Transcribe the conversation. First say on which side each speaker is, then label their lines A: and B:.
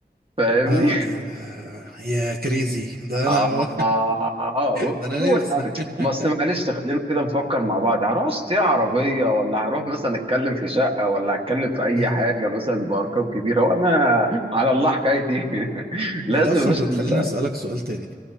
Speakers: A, on the right (about 30°); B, on the right (about 60°).
A: فاهمني
B: اه يا يا كريزي ده
A: آه
B: انا <laughs>
A: بص
B: ده انا
A: أول
B: نفسي
A: حاجة
B: <laughs>
A: ما أصل معلش خلينا كده نفكر مع بعض هروح أشتري عربية ولا هروح مثلا أتكلم في شقة ولا أتكلم في أي
B: امم
A: حاجة مثلا بأرقام كبيرة وأنا على الله حكايتي <laughs> لازم
B: انت اصلا
A: يا باشا
B: كنت
A: ال-
B: تخليني اسالك سؤال تاني